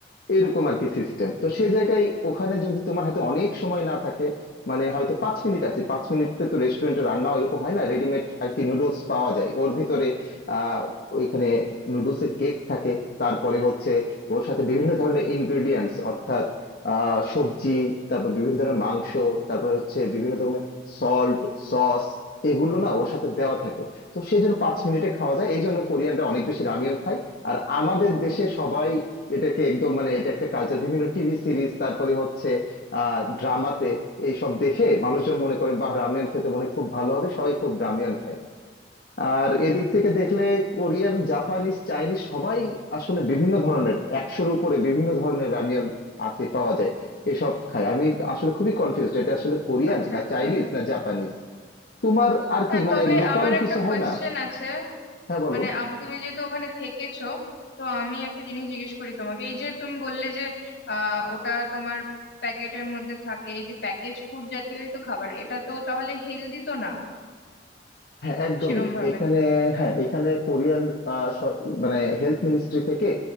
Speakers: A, on the left (about 55°); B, on the left (about 75°).
A: এরকম আর কি সিস্টেম তো সেই জায়গায় ওখানে যদি তোমার হাতে অনেক সময় না থাকে মানে হয়তো পাঁচ মিনিট আছে পাঁচ মিনিটে তো রেস্টুরেন্টে রান্নাও এরকম হয় না রেডিমেড আর কি নুডলস পাওয়া যায় ওর ভিতরে আহ ওইখানে নুডলসের কেক থাকে তারপরে হচ্ছে ওর সাথে বিভিন্ন ধরনের ইনগ্রেডিয়েন্টস অর্থাৎ আহ সবজি তারপর বিভিন্ন ধরনের মাংস তারপর হচ্ছে বিভিন্ন রকমের সল্ট সস এগুলো না ওর সাথে দেওয়া থাকে তো সেই জন্য পাঁচ মিনিটে খাওয়া যায় এই জন্য কোরিয়ানরা অনেক বেশি রামিয়ন খায় আর আমাদের
B: ও
A: দেশে সবাই এটাকে একদম মানে এটা একটা কালচার বিভিন্ন টিভি সিরিজ তারপরে হচ্ছে আহ ড্রামাতে এইসব দেখে মানুষজন মনে করে বা রামিয়ন খেতে মনে হয় খুব ভালো হবে সবাই খুব রামিয়ন খায় আর এদিক থেকে দেখলে কোরিয়ান জাপানিজ চাইনিজ সবাই আসলে বিভিন্ন ধরনের একশোর উপরে বিভিন্ন ধরনের রামিয়ন আছে পাওয়া যায় এসব খায় আমি আসলে খুবই কনফিউজড এটা আসলে কোরিয়ান
B: আচ্ছা
A: না
B: আচ্ছা
A: চাইনিজ না জাপানিজ তোমার আর
B: হ্যাঁ
A: কি মানে
B: তবে
A: লোকাল
B: আমার একটা
A: কিছু
B: কোয়েশ্চেন
A: হয় না
B: আছে
A: হ্যাঁ বলো
B: মানে আম- তুমি যেহেতু ওখানে থেকেছো তো আমি একটা জিনিস জিজ্ঞেস করি তোমাকে এই যে তুমি বললে যে আহ ওটা তোমার প্যাকেটের মধ্যে থাকে এই যে প্যাকেজ ফুড জাতীয়ই তো খাবার এটা তো তাহলে হেলদি তো না
A: হ্যাঁ একদমই
B: সেরম ভাবে
A: এখানে হ্যাঁ এখানে কোরিয়ান আহ, সর- মানে হেলথ মিনিস্ট্রি থেকে